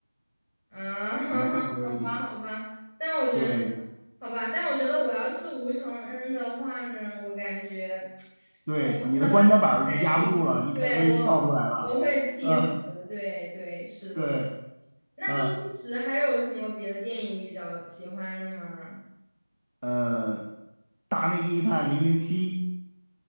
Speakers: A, on the left; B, on the right.
A: 啊，<laughs>
B: 什么就是
A: 好吧，好吧，但我觉得，
B: 对
A: 好吧，但我觉得我要是吴承恩的话呢，我感觉
B: 对，
A: 我要看到他这个改变，
B: 你的棺材板儿就压不住了，你肯定会跳出来了。
A: 对，我我会气死的。
B: <laughs> 嗯，
A: 对对，是的。
B: 对，
A: 那周星驰还有什么别的电影你比较喜欢的吗？
B: 嗯。呃，《大内密探零零七》